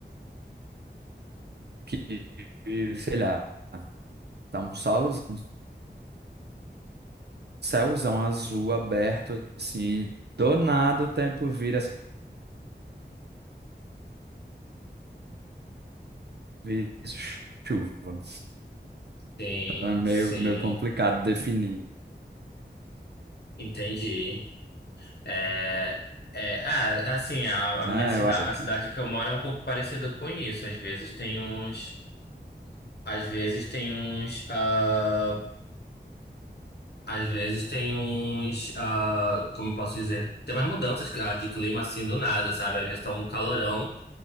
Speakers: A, on the right; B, on the left.
A: aqui, sei lá, tá um sol, um céuzão azul aberto, assim. Do nada o tempo vira assim vezes chuva. Então
B: sim,
A: é meio,
B: sim,
A: meio complicado definir,
B: entendi. É, é, é, assim, a, a
A: né?
B: minha cidade,
A: Eu acho que
B: a cidade que eu moro é um pouco parecida com isso. Às vezes tem uns, às vezes tem uns, ah, Às vezes tem uns, ah, como eu posso dizer, tem umas mudanças ah, de clima assim do nada, sabe? Às vezes tá um calorão